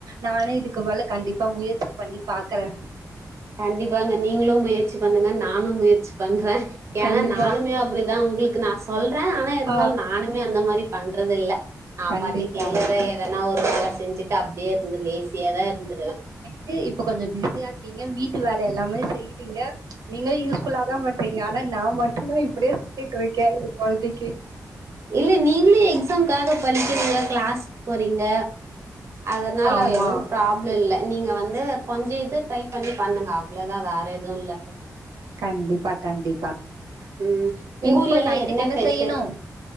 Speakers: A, on the right; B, on the right.
A: நானே இதுக்கு வேல கண்டிப்பா முயற்சி பண்ணி பாக்கறே
B: கண்டிப்பாங்க நீங்களு முயற்சி பண்ணுங்க நானு முயற்சி பண்றே ஏனா
A: கண்டிப்பா.
B: நானுமே அப்டிதா உங்களுக்கு நா சொல்றே ஆனா இருந்தாலு
A: ஆ
B: நா நானுமே அந்த மாரி பண்றதில்ல ஆ
A: கண்டிப்பா.
B: பாட்டுக் <inaudible> எதனா ஒரு வேலை செஞ்சுட் டு அப்டியே இருந்து லேசியா தா இருந்துருவே
A: டு இப்ப கொஞ்ச பிஸியா இருக்கீங்க வீட்டு வேலை எல்லாமே செய்றீங்க நீங்களே யூஸ்ஃபுல்லாதா பண்றீங்க ஆனா நா மட்டுந்தா இப்டியே சுத்திட்ருக்கே எ கொழந்தைக்கு
B: இல்ல நீங்களு எக்ஸாம்காக படிக்கிறீங்க க்ளாஸ் போறீங்க அதனால
A: ஆமா.
B: எதுவு ப்ராப்ள இல்ல நீங்க வந்து கொஞ்ச இது ட்ரை பண்ணி பண்ணுங்க அவ்ளோதா வேற எது ல்ல பெருசா
A: கண்டிப்பா கண்டிப்பா
B: உம் உம் உங்க
A: இப்ப
B: ஊர்ல எல்லா
A: நைட்டுக்கு
B: என்ன ஃபெஷல்
A: செய்யணும்?